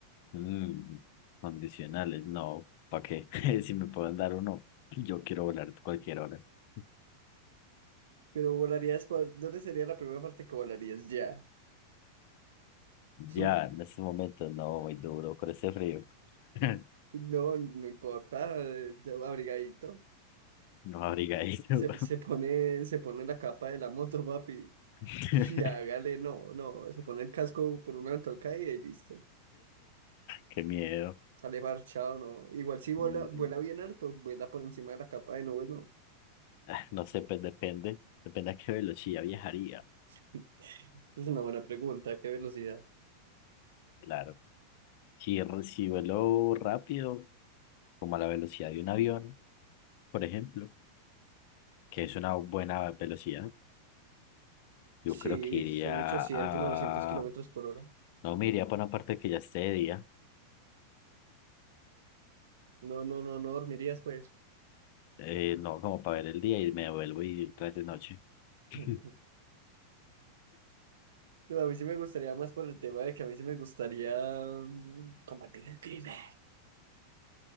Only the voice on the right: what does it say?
Pero volarías, ¿cuál- ¿dónde sería la primera parte que volarías ya?
<laughs>
No, no importa, eh, abrigadito.
Se, se pone, se pone la capa de la moto, papi. <laughs>
Y hágale, no, no, se pone el casco por una ventolca y listo.
Sale parchado, ¿no? Igual si vuela,
vuela bien alto, vuela por encima de la capa de nubes, ¿no?
<laughs> Es una buena pregunta, ¿qué velocidad?
Sí,
son 800,
novecientos kilómetros por hora.
No, no, no, no dormirías, pues.
<laughs> No, a mí sí me gustaría más por el tema de que a mí sí me gustaría mm, combatir el crimen.